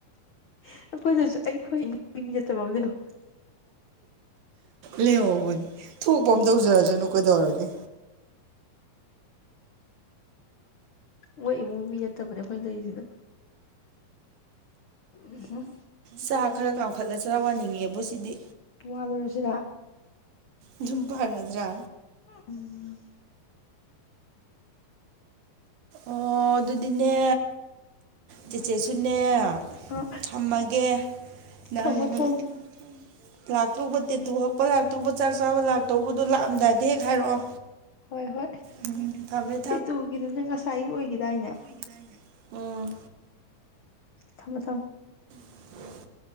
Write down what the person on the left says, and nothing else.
ꯑꯩꯈꯣꯏꯗꯁꯨ ꯑꯩꯈꯣꯏ ꯃꯤ ꯅꯠꯇꯕ ꯑꯃ ꯂꯩꯍꯧ
ꯃꯣꯏ ꯏꯃꯨꯡꯃꯤ ꯅꯠꯇꯕꯅꯦ ꯑꯩꯈꯣꯏꯅ ꯂꯩꯔꯤꯁꯤꯅ ꯎ
ꯄꯣꯑꯥꯜꯂꯨꯔꯥꯁꯤꯔ
ꯎꯝ
ꯑ
ꯊꯝꯃꯣ ꯊꯝꯃꯣ
ꯍꯣꯏ ꯍꯣꯏ
ꯇꯦꯇꯨꯒꯤꯗꯨꯅꯦ ꯉꯁꯥꯏ ꯑꯣꯏꯒꯤꯗꯥꯏꯅꯦ
ꯊꯝꯃꯣ ꯊꯝ